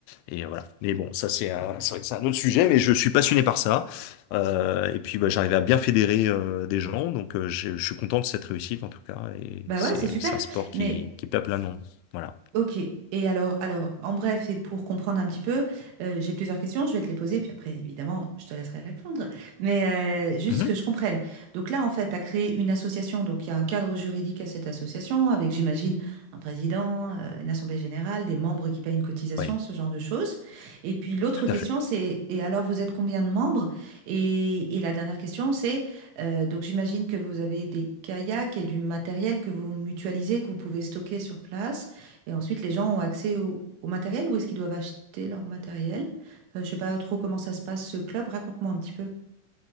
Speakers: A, on the left; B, on the right.
A: Et euh, voilà. Mais bon, ça c'est un, c'est vrai que c'est un autre sujet, mais je suis passionné par ça. Euh, et puis bah, j'arrive à bien fédérer euh, des gens, donc euh, je, je suis content de cette réussite en tout cas. Et
B: Bah
A: c'est
B: ouais, c'est super.
A: c'est un sport qui,
B: Mais
A: qui plaît à plein de monde. Voilà.
B: Ok. Et alors, alors, en bref, et pour comprendre un petit peu, euh, j'ai plusieurs questions, je vais te les poser, puis après, évidemment, je te laisserai répondre. Mais euh, juste
A: Mhm.
B: que je comprenne. Donc là, en fait, tu as créé une association, donc il y a un cadre juridique à cette association, avec, j'imagine, un président, euh, une assemblée générale, des membres qui payent une cotisation,
A: Oui,
B: ce genre de choses. Et puis l'autre
A: tout
B: question,
A: à fait.
B: c'est, et alors, vous êtes combien de membres? Et, et la dernière question, c'est, euh, donc j'imagine que vous avez des kayaks et du matériel que vous mutualisez, que vous pouvez stocker sur place. Et ensuite, les gens ont accès au, au matériel ou est-ce qu'ils doivent acheter leur matériel? Enfin, je sais pas trop comment ça se passe, ce club. Raconte-moi un petit peu.